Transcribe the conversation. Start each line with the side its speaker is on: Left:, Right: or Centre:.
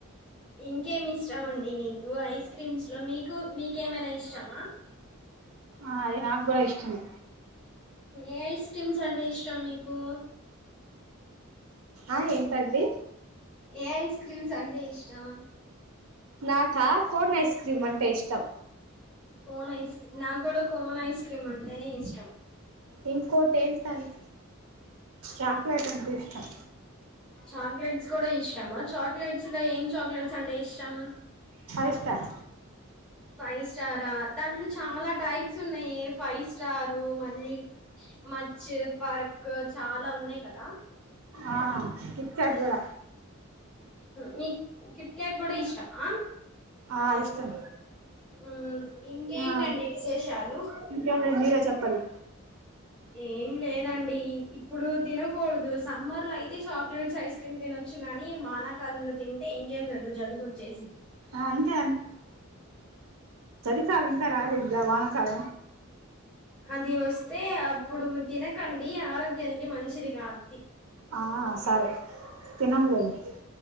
Centre: ఇంకేమి ఇష్టం అండి మీకు ఐస్ క్రీమ్స్ లో మీకు మీకేమైన ఇష్టమా
Right: ఆ అది నాకు కూడా ఇష్టమె
Centre: ఏ ఐస్ క్రీమ్స్ అే శ్రమకు
Right: ఆ ఏంత అగది
Centre: ఏ ఐ స్ క్రీమ్స్ అంటే ఇష్టం
Right: నాకా కోన్ ఐస్ క్రీమ్ అంటే ఇష్టం
Centre: కోన్ ఐస్ క్రీ నాకు కూడా కోన్ ఐస్ క్రీమ్ అంటేనే ఇష్టం
Right: ఇంకో కోట ఎంత అంత చాక్లేెట్ అంత ఇష్టం
Centre: చాక్లెట్స్ కూడాడా ఇష్ట ప్రమాత్ చాక్లెట్స్ లో ఏం చాక్లెట్ చంటే ఇష్టం
Right: ఫైస్టర్
Centre: ఫైస్టారా దాంట్లో చాలా టైప్స్ ఉన్నాయే ఫైవ్స్ స్టారు మళ్ళీ మచ్ పర్కు చా అలా ఉన్నాయి కదా
Right: ఆ చాద్ గూడ
Centre: మీ కిట్కాట్ కూడా ఇష్టమా
Right: ఆ ఇష్టం
Centre: ఊ ఇంకేంటండి
Right: ఆ
Centre: విశేషాలు
Right: ఇంకేం లేదు మీరే చెప్పాలి
Centre: ఏం లేదండి ఇప్ ప్పుడు తినకూడదు సమ్మర్ లో అయిత్ తే చాక్లెట్స్ ఐస్ క్రీమ్ తినొచ్చు గానీ వానాకాలంలో తింటే ఇంకేం లేదు జలుబు వచ్చేసిద్ది
Right: ఆ ఇంకా చ ఇంకా రాలేద్ గా వానకాల
Centre: అది వస్తే అప్పుడు తినకండి ఆరోగ్యానికి మంచిది కాద్
Right: ఆ సరే తినంలేండి